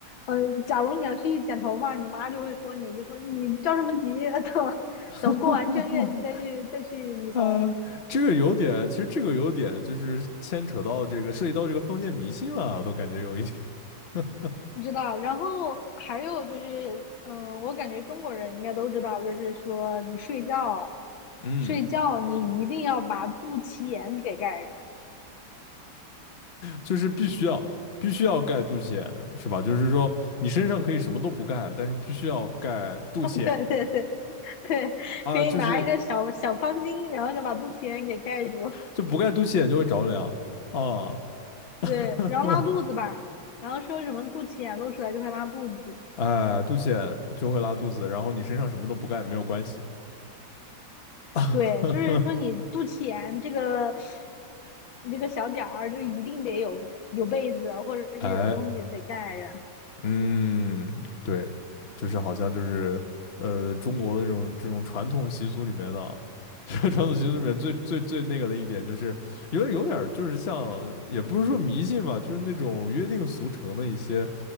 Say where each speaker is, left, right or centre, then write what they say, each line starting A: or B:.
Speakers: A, on the left; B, on the left.
A: 嗯，呃假如你要去剪头发，你妈就会说你，就说你着什么急，<laughs> 等等过完正月你再去再去理头。
B: <laughs> 哈哈哈哈，呃，这个有点，其实这个有点就是牵扯到这个，涉及到这个封建迷信了啊，都感觉有一点。<laughs>
A: 不知道。然后还有就是，嗯，我感觉中国人应该都知道，就是说你睡觉，
B: 嗯，
A: 睡觉你一定要把肚脐眼给盖着，
B: 就是必须要必须要盖肚脐眼，是吧？就是说你身上可以什么都不盖，但是必须要盖肚脐眼
A: 对 <laughs> 对对对对，
B: 啊，
A: 可以拿一个小小方巾，
B: 就是
A: 然后就把肚脐眼给盖住。
B: 就不盖肚脐眼就会着凉啊，
A: 对，
B: 哼，
A: 然后拉肚子吧，然后说什么肚脐眼露出来就会拉肚子。
B: 哎，肚脐眼就会拉肚子，然后你身上什么都不盖没有关系，<laughs>
A: 对，就是说你肚脐眼这个你这个小点儿，就一定得有有被子或者是有东西得盖着。
B: 哎，嗯，对，就是好像就是呃，中国的这种这种传统习俗里面的，<laughs> 这个传统习俗里面最最最那个的一点，就是有点有点儿就是像，也不是说迷信吧，就是那种约定俗成的一些